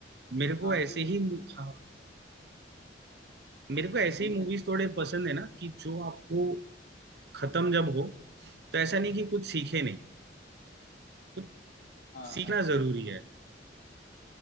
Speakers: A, on the right; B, on the left.
A: मेरे को
B: हाँ
A: ऐसे
B: क्यों
A: ही हाँ, मेरे को ऐसी
B: हाँ जी
A: मूवीज
B: हाँ जी,
A: थोड़े पसंद है ना कि जो आपको खत्म जब हो तो ऐसा नहीं कि कुछ सीखे नहीं तो
B: हाँ
A: सीखना
B: हाँ
A: जरूरी है